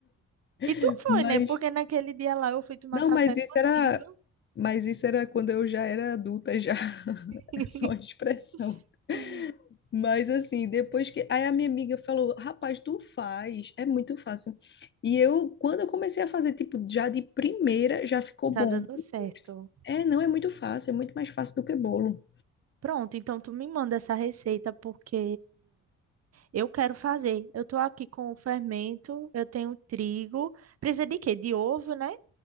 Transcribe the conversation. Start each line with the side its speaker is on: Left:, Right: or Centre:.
Right: E
Left: <laughs>
Right: tu foi,
Left: Mas
Right: né? Porque naquele dia lá eu fui tomar
Left: Não,
Right: café
Left: mas isso
Right: contigo.
Left: era, mas isso era quando eu já era adulta já. <laughs>
Right: <laughs>
Left: É só uma expressão.
Right: Hum,
Left: Mas assim, depois que aí a minha amiga falou, rapaz, tu faz, é muito fácil. E eu, quando eu comecei a fazer, tipo, já de primeira, já ficou
Right: Tá
Left: bom.
Right: dando certo.
Left: É, não é muito fácil, é muito mais fácil do que bolo.
Right: Pronto, então tu me manda essa receita porque eu quero fazer. Eu tô aqui com o fermento, eu tenho trigo. Precisa de quê? De ovo, né?